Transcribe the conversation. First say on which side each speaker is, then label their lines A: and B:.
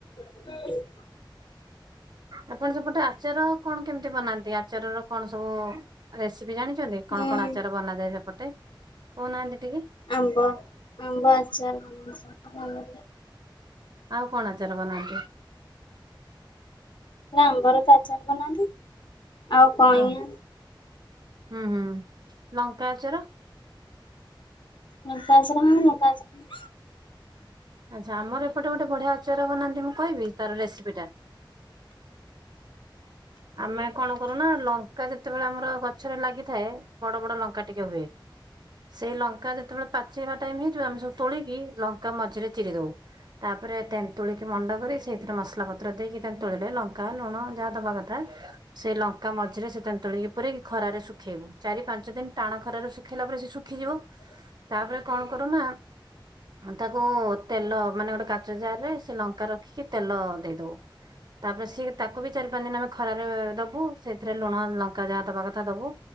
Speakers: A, on the left; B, on the right.
A: <unintelligible>
B: ଆପଣ ସେପଟେ ଆଚାର କଣ କେମନ୍ତି ବନାନ୍ତି ଆଚାରର କଣ ସବୁ ରେସିପି ଜାଣିଚନ୍ତି
A: ହୁଁ
B: କଣ କଣ ଆଚାର ବନାଯାଏ ସେପଟେ? କୋଉ ନାଆନ୍ତି ଟିକେ।
A: ଆମ୍ବ ଆମ୍ବ ଆଚାର ବନାଯାଏ।
B: ଆଉ କଣ ଆଚାର ବନାନ୍ତି?
A: ନା ଆମ୍ବରେ ତ ଆଚାର ବନାନ୍ତି ଆଉ କଇଁଆ
B: ଓ ହୁଁ, ହୁଁ ଲଙ୍କା ଆଚାର।
A: ଲଙ୍କା ଆଚାର ମାନେ ଲଙ୍କା ଆଚାର
B: ଆଚ୍ଛା ଆମର ଏପଟେ ଗୋଟେ ବଢିଆ ଆଚାର ବନାନ୍ତି ମୁଁ କହିବି ତାର ରେସିପି ଟା। ଆମେ କଣ କରୁନା ଲଙ୍କା ଯେତେବେଳେ ଆମର ଗ ଗଛରେ ଲାଗିଥାଏ ବଡ ବଡ ଲଙ୍କା ଟିକେ ହୁଏ ସେଇ ଲଙ୍କା ଯେତେବେଳେ ପାଚି ପାଚି ଜିବା ଟାଇମ୍ ହେଇଯିବ ଆମେ ସବୁ ତୋଳିକି ଲଙ୍କା ମଝିରେ ଚିରି ଦଉ ତାପରେ ତେନ୍ତୁଳି କି ମଣ୍ଡ କରି ସେଇଥିରେ ମସଲା ପତ୍ର ଦେଇକି ତେନ୍ତୁଳିରେ ଲଙ୍କା, ଲୁଣ ଯାହା ଦବା କଥା ସେଇ ଲଙ୍କା ମଝିରେ ସେ ତେନ୍ତୁଳିକୁ ପୁରେଇ ଖରାରେ ଶୁଖେଇବୁ ଚାରି ପାଞ୍ଚ ଦିନ ଟାଣ ଖରାରେ ଶୁଖେଇଲା ପରେ ସେ ଶୁଖିଯିବ।
A: <inaudible>
B: ତାପରେ କଣ କରୁନା ତାକୁ ତେଲ ମାନେ ଗୋଟେ କାଚ ଜାରରେ ସେ ଲଙ୍କା ରଖିକି ତେଲ ଦେଇଦଉ। ତାପରେ ସିଏ ତାକୁ ବି ଚାରି ପାଞ୍ଚ ଦିନ ଆମେ ଖରାରେ ଦବୁ ସେଇଥିରେ ଲୁଣ ଲଙ୍କା ଯାହା ଦବା କଥା ଦବୁ